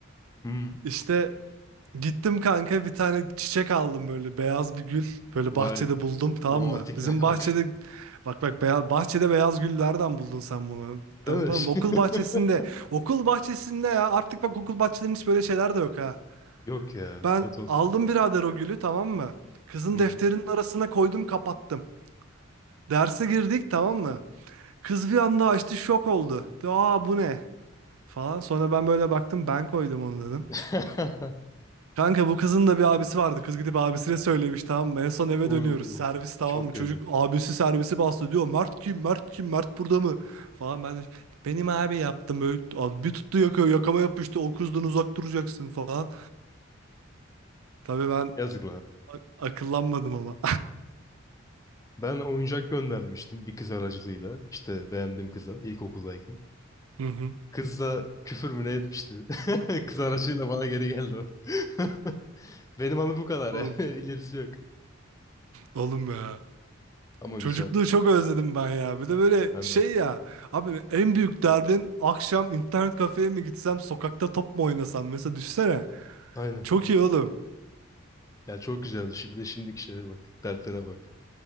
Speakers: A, on the left; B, on the right.
A: Hmm.
B: İşte Gittim kanka bir tane çiçek aldım böyle beyaz bir gül. Böyle
A: Vay
B: bahçede buldum tamam
A: romantikliğe
B: mı? Bizim
A: <laughs>
B: bahçede
A: bak.
B: bak bak beyaz, bahçede beyaz gül nereden buldun sen bunu? Tamam
A: Değil mi?
B: tamam
A: <laughs>
B: okul bahçesinde. Okul bahçesinde ya artık bak okul bahçelerinin hiç böyle şeyler de yok ha.
A: Yok ya
B: Ben
A: beton.
B: aldım birader o gülü tamam mı? Kızın
A: Hmm.
B: defterinin arasına koydum kapattım. Derse girdik tamam mı? Kız bir anda açtı şok oldu. Dedi, Aa bu ne? Falan sonra ben böyle baktım ben koydum onu dedim.
A: <laughs>
B: Kanka bu kızın da bir abisi vardı. Kız gidip abisine söylemiş tamam mı? En son eve
A: Uuu,
B: dönüyoruz. Servis tamam
A: çok
B: mı?
A: kötü.
B: Çocuk abisi servisi bastı diyor. Mert kim? Mert kim? Mert burada mı? Falan ben de, benim abi yaptım. Böyle, Abi bir tuttu yakıyor. Yakama yapıştı. O kızdan uzak duracaksın falan. Tabii ben
A: Yazık lan.
B: a- akıllanmadım ama.
A: Ben oyuncak göndermiştim bir kız aracılığıyla. İşte beğendiğim kıza ilkokuldayken.
B: <laughs> Hı hı.
A: Kız da küfür mü ne etmişti. <laughs> Kız aracıyla bana geri geldi o. <laughs> Benim anı bu kadar
B: Oğlum,
A: yani. <laughs> İlerisi yok.
B: oğlum ya.
A: Ama
B: Çocukluğu
A: güzel.
B: çok özledim ben ya. Bir de böyle
A: Ben
B: şey
A: de.
B: ya. Abi en büyük derdin akşam internet kafeye mi gitsem sokakta top mu oynasam? Mesela düşünsene.
A: Aynen.
B: Çok iyi oğlum.
A: Ya çok güzeldi. Şi- Bir de şimdiki şeye bak. Dertlere bak.